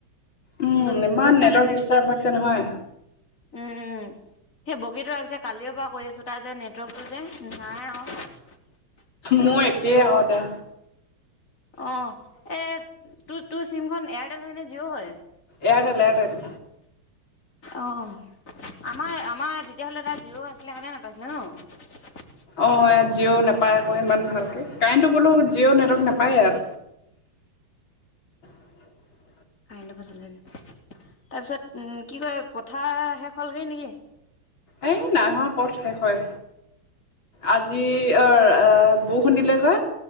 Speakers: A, on the left; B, on the left.
A: উম,
B: দুই
A: ইমান
B: দুইফালে
A: নেটৱৰ্ক
B: চাগে
A: ডিষ্টাৰ্ব হৈছে নহয়।
B: উম, উম। সেই বগীতৰাক যে কালিয়ৰ পৰা কৈ আছো তাৰ যে নেটৱৰ্কটো যে নাই অহা।
A: মই একেই অহ দা।
B: অ এ টো তোৰ চিমখন এয়াৰটেল হয় নে জিঅ' হয়?
A: Airtel Airtel.
B: অ, আমাৰ- আমাৰ তেতিয়া হ'লে তাত জিঅ' আছিলে কাৰনে নেপাইছিলে ন?
A: অ ইয়াত জিঅ' নাপায় আকৌ ইমান ভালকে, কাইণ্টো ক'লো জিঅ' নেটৱৰ্ক নাপায় ইয়াত। <unintelligible>
B: আই লবা জলাই দে। তাৰপিছত কি কয় পথাৰ শেষ হ'লগৈ নেকি?
A: এই নাই হোৱা কত শেষ হয়। আজি আ আ বৰষুন দিলে যে।